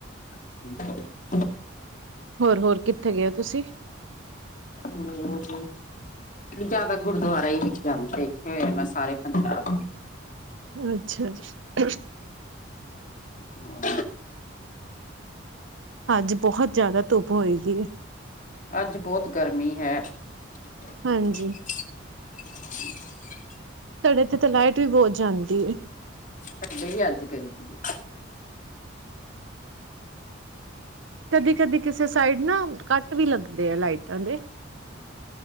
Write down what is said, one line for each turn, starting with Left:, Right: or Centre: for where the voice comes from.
Left: <unintelligible>
Right: ਹੋਰ ਹੋਰ ਕਿੱਥੇ ਗਏ ਹੋ ਤੁਸੀਂ
Left: ਹੋਰ ਜ਼ਿਆਦਾ ਗੁਰਦੁਆਰਾ ਹੀ ਵਿੱਚ ਲਿਖੇ ਇਥੇਆ ਮੈਂ ਸਾਰੇ ਪੰਜਾਬ
Right: <inaudible> <inaudible>
Left: ਹਾ ਓ
Right: ਅੱਜ ਬਹੁਤ ਜ਼ਿਆਦਾ ਧੁੱਪ ਹੋਏ ਦੀ
Left: ਅੱਜ ਬੋਤ ਗਰਮੀ ਹੈ। <unintelligible>
Right: ਹਾਂਜੀ ਸਾਡੇ ਤਾਂ ਇਥੇ ਲਾਈਟ ਵੀ ਬਹੁਤ ਜਾਂਦੀ ਏ।
Left: ਸਾਡੇ ਵੀ ਅੱਜ ਗਏ ਸੀ।
Right: ਕਦੀ, ਕਦੀ ਕਿਸੇ ਸਾਈਦ ਨਾ ਕੱਟ ਵੀ ਲੱਗਦੇ ਆ ਲਾਈਟਾਂ ਦੇ